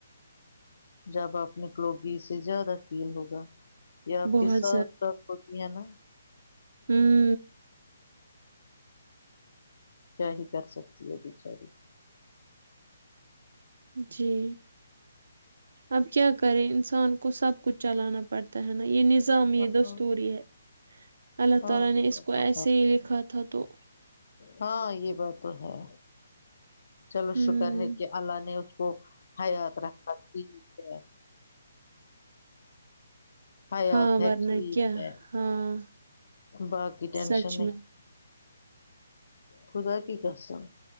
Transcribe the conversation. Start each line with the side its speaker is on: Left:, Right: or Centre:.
Left: جب آپ نے کوگی سے زیادہ فیل ہوگا یہ آپ
Right: بہت
Left: کے سات سات کپیا نا
Right: ہمم
Left: کیا ہی کر سکتی ہے بیچاری بھی
Right: جی اب کیا کریں انسان کو سب کچھ چلانا پڑتا ہے نا یہ نز یہ نظم
Left: ہاں
Right: دستور ہی ہے اللہ
Left: ہاں
Right: تعالی
Left: وہ
Right: نے اس
Left: بات
Right: کو
Left: تو
Right: ایسے
Left: ہے
Right: ہی لکھا تھا تو
Left: ہاں یہ بات تو ہے چلو
Right: ہوں
Left: شکر ہے کہ اللہ نے اس کو حیات رکھا ٹھیک سے حیات
Right: ہاں
Left: ہے
Right: ورنہ
Left: ٹھیک
Right: کیا
Left: ہے
Right: ہاں
Left: باقی ٹینشن
Right: سچ
Left: نہیں
Right: میں
Left: خدا کی قسم